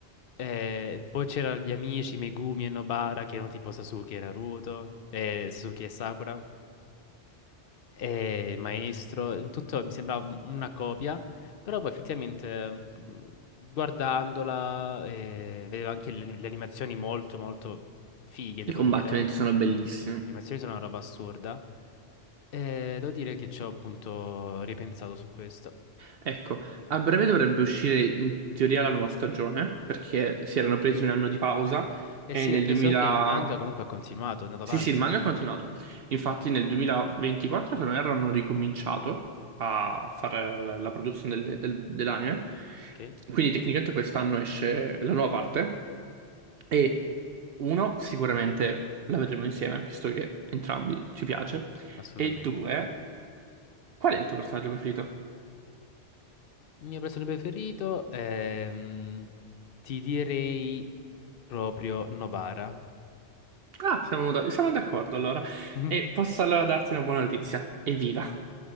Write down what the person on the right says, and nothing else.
I combattimenti
sono bellissimi.
Ecco, a breve dovrebbe uscire in teoria la nuova stagione, perché si erano presi un anno di pausa
e
nel
2000...
Sì,
sì, il manga è continuato. Infatti nel 2024, se non erro, hanno ricominciato a fare la, la produzione del- del- dell'anime.
Quindi tecnicamente quest'anno esce la nuova parte e uno, sicuramente la vedremo insieme, visto che entrambi ci piace,
e due, qual è il tuo personaggio preferito?
Ah, siamo da- siamo d'accordo allora.
E posso allora darti una buona notizia. Evviva!